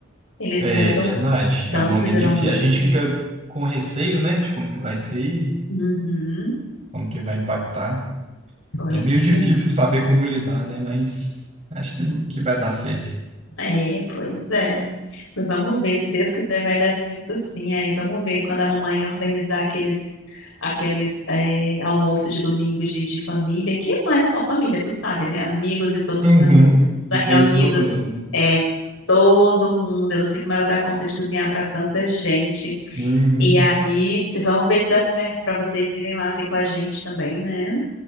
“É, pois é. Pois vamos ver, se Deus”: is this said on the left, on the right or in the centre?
Left